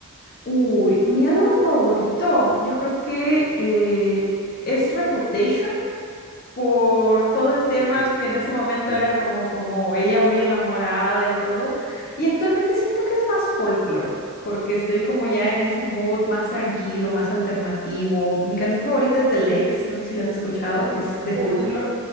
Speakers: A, on the left; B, on the right.
A: Uy, mi álbum favorito, yo creo que eh, es Reputation por todo el tema
B: Buenísimo.
A: que en ese momento
B: El-
A: era como, como ella muy enamorada y todo. Y actualmente siento que es más folklore, porque estoy como ya en ese mood más tranquilo, más alternativo. Mi canción favorita es The Lakes, no sé si la has escuchado, que es de
B: Obvio.
A: folklore.